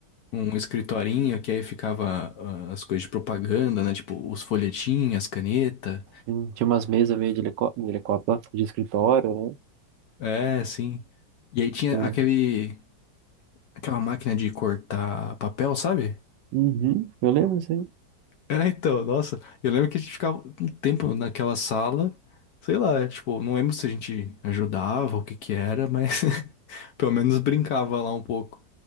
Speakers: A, on the left; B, on the right.
A: um escritorinho que aí ficava ah, as coisas de propaganda, né? Tipo os folhetinhos, as canetas.
B: Hum, Tinha umas mesas meio de helicó- de helicóptero, né? de escritório, né?
A: É, sim. E aí tinha
B: Sim.
A: aquele, aquela máquina de cortar papel, sabe?
B: Uhum, eu lembro sim.
A: É, então, nossa, eu lembro que a gente ficava um tempo naquela sala, sei lá, tipo, não lembro se a gente ajudava, o que que era, mas <laughs> pelo menos brincava lá um pouco.